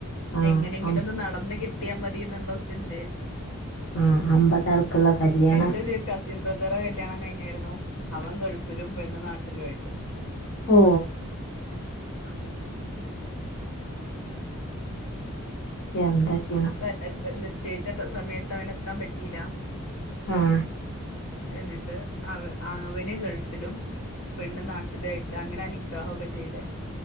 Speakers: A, on the left; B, on the left.
A: ആ
B: എങ്ങെനെങ്കിലൊന്ന്
A: അം-
B: നടന്ന് കിട്ടിയാ മതി ന്ന്ള്ള ചിന്തയേയ്ര്ന്നു
A: ആഹ് അമ്പതാൾക്ക്ള്ള കല്യാണം
B: എന്റെ ഒരു കസിൻ ബ്രദെറെ കല്യാണം കഴിഞ്ഞായ്ര്ന്നു അവൻ ഗൾഫിലും പെണ്ണ് നാട്ടിലു ആയിട്ട്
A: ഓഹ്
B: ഉം
A: എന്താ ചെയ്യാ
B: <unintelligible> നിശ്ചയ്ച്ച സമയത്ത് അവനെത്താൻ പറ്റീലാ
A: ആഹ്
B: എന്നിട്ട് അവ അവന് ഗൾഫിലും പെണ്ണ് നാട്ടിലു അയിട്ട് അങ്ങനാ നിക്കാഹാെക്കെ ചെയ്തെ